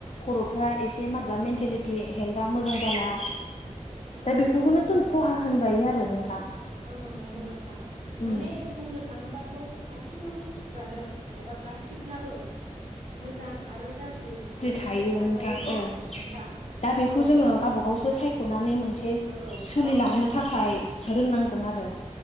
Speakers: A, on the left (about 55°); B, on the right (about 70°).
A: खर'फ्रा एसे मारैबा मेन्टेलिटि हेल्था मोजां जाला
B: औ
A: दा बेफोरखौनो
B: नंगौ नोंथां
A: जों खहा होनजायो आरो नोंथां
B: औ नंगौ नोंथां
A: उम
B: माने बुंनो थाङोबाथ' गासिबो बुस्थुफ्रानो एबा गासिबनाबो मोजां आरो गाज्रि मोननै
A: थायो
B: साइड थाखायो
A: नोंथां
B: ना
A: औ
B: नोंथां
A: दा बेखौ
B: थ'
A: जोङो गाबा गावसो सायख'नानै मोनसे
B: औ
A: सोलिलांनो
B: गावबा गावसो
A: थाखाय रोंनांगोन आरो